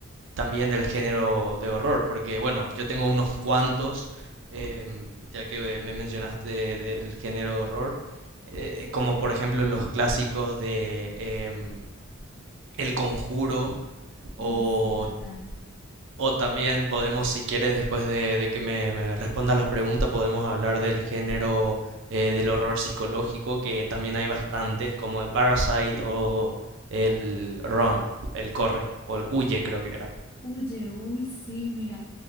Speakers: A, on the right; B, on the left.
A: también del género de horror, porque bueno, yo tengo unos <laughs> cuantos, em, ya que me mencionaste del género de horror, eh, eh, como por ejemplo los clásicos de em, El Conjuro
B: mm,
A: o,
B: sí, total.
A: o también podemos, si quieres, después de, de que me, me respondas las preguntas, podemos hablar del género eh, del horror psicológico, que también hay bastantes, como el Parasite o el Run, el Corre, o el Huye creo que era.
B: Oye, uy, sí, mira,